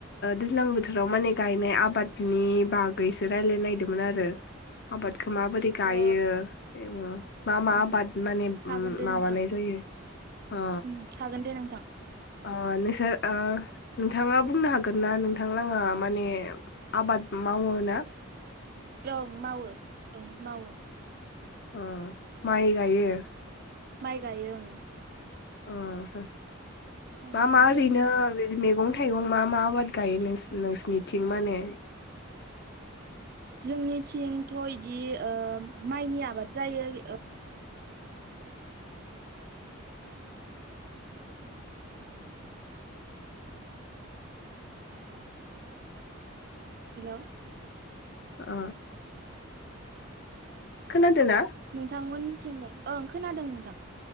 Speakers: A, on the left; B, on the right.
A: दैज्लां बोथोराव माने गायनाय आबादनि बागैसो रायलायनो नागदोंमोन आरो। आबादखो माबोरै गायो
B: अ
A: <unintelligible> मा मा
B: उम
A: आबाद माने
B: हागोन
A: उम
B: दे
A: माबानाय
B: नोंथां
A: जायो अ।
B: उम हागोन दे नोंथां।
A: अ नोंसोर ओ नोंथाङा बुंनो हागोन ना नोंथां लांङा माने आबाद मावोना?
B: ओं मावो ओं मावो।
A: ओम माइ गायो?
B: माइ गायो ओं।
A: ओम
B: माइ
A: मा
B: गायनाय
A: मा ओरैनो
B: जायो
A: बेदि मैगं-थाइगं मा मा आबाद गायो नोंसि नोंसनिथिं माने?
B: जोंनिथिंथ' इदि ओ माइनि आबाद जायो ओ हेलौ।
A: अ। खोनादो ना?
B: नोंथां मोननिथिंलाय ओं खोनादों नोंथां।